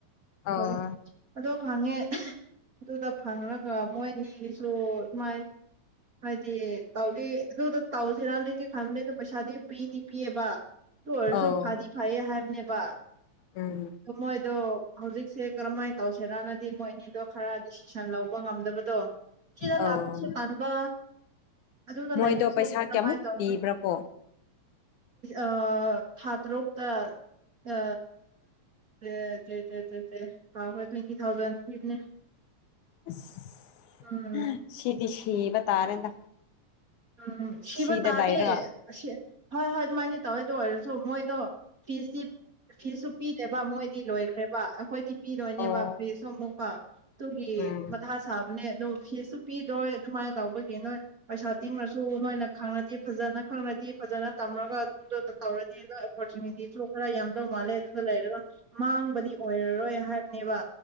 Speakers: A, on the left; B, on the right.
A: ꯑꯧ
B: ꯍꯣꯏ ꯑꯊꯣ ꯐꯪꯉꯦ ꯑꯗꯨꯗ ꯐꯪꯔꯒ ꯃꯣꯏꯅꯤꯒꯤꯁꯨ ꯁꯨꯃꯥꯏ ꯍꯥꯏꯗꯤ ꯇꯥꯎꯗꯤ ꯑꯗꯨꯗ ꯇꯧꯁꯤꯔꯥꯟꯅꯤꯗꯤ ꯈꯪꯕꯅꯦ ꯑꯗꯣ ꯄꯩꯁꯥꯗꯤ ꯄꯤꯗꯤ ꯄꯤꯌꯦꯕ ꯗꯨ ꯑꯣꯏꯔꯁꯨ
A: ꯑꯧ
B: ꯐꯗꯤ ꯐꯩꯌꯦ ꯍꯥꯏꯕꯅꯦꯕ
A: ꯎꯝ
B: ꯗꯣ ꯃꯣꯏꯗꯣ ꯍꯧꯖꯤꯛꯁꯦ ꯀꯔꯝꯍꯥꯏꯅ ꯇꯧꯁꯤꯔꯥꯅ ꯗꯤ ꯃꯣꯏ ꯑꯅꯤꯗꯣ ꯈꯔ ꯗꯤꯁꯤꯖꯟ ꯂꯧꯕ ꯉꯝꯗꯕꯗꯣ ꯁꯤꯗ
A: ꯑꯧ
B: ꯂꯥꯛꯄꯁꯨ ꯇꯟꯕ ꯑꯗꯨꯗ
A: ꯃꯣꯏꯗꯣ
B: ꯂꯩꯕꯁꯨ
A: ꯄꯩꯁꯥ
B: ꯀꯔꯝꯃꯥꯏꯅ
A: ꯀꯌꯥꯃꯨꯛ
B: ꯇꯧꯅꯤ
A: ꯄꯤꯕ꯭ꯔꯥꯀꯣ
B: ꯑ ꯊꯥ ꯇꯔꯨꯛꯇ ꯑ ꯑ <unintelligible> ꯀꯧꯈ꯭ꯔꯦ ꯇ꯭ꯋꯦꯟꯇꯤ ꯊꯥꯎꯖꯟ ꯄꯤꯕꯅꯦ
A: ꯑꯁ
B: ꯎꯝ
A: ꯁꯤꯗꯤ ꯁꯤꯕ ꯇꯥꯔꯦꯗ
B: ꯎꯝ ꯁꯤꯕ
A: ꯁꯤꯗ
B: ꯇꯥꯗꯦ
A: ꯂꯩꯔꯒ
B: ꯑꯁꯤ ꯍꯣꯏ ꯍꯣꯏ ꯑꯗꯨꯃꯥꯏꯅ ꯇꯧꯌꯦ ꯑꯗꯨ ꯑꯣꯏꯔꯁꯨ ꯃꯣꯏꯗꯣ ꯐꯤꯁꯇꯤ ꯐꯤꯁꯁꯨ ꯄꯤꯗꯦꯕ ꯃꯣꯏꯗꯤ ꯂꯣꯏꯈ꯭ꯔꯦꯕ ꯑꯈꯣꯏꯗꯤ ꯄꯤꯗꯣꯏꯅꯦꯕ
A: ꯑꯧ
B: ꯐꯁꯁꯨ ꯑꯃꯨꯛꯀ ꯇꯨꯒꯤ
A: ꯎꯝ
B: ꯃꯊꯥ ꯁꯥꯕꯅꯦ ꯑꯗꯨ ꯐꯤꯁꯁꯨꯨ ꯄꯤꯔꯣꯏ ꯑꯗꯨꯃꯥꯏꯅ ꯇꯧꯕꯒꯤ ꯅꯣꯏ ꯄꯩꯁꯥ ꯇꯤꯡꯔꯁꯨ ꯅꯣꯏꯅ ꯈꯪꯔꯗꯤ ꯐꯖꯅ ꯈꯪꯔꯗꯤ ꯐꯖꯅ ꯇꯝꯔꯒ ꯑꯗꯨꯝꯗꯨ ꯇꯧꯔꯅꯤ ꯍꯥꯏꯕ ꯑꯣꯄꯣꯔꯆꯨꯅꯤꯇꯤꯁꯨ ꯈꯔ ꯌꯥꯝ ꯂꯧ ꯃꯥꯜꯂꯦ ꯈꯔ ꯂꯩꯔꯒ ꯃꯥꯡꯕꯗꯤ ꯑꯣꯏꯔꯔꯣꯏ ꯍꯥꯏꯕꯅꯦꯕ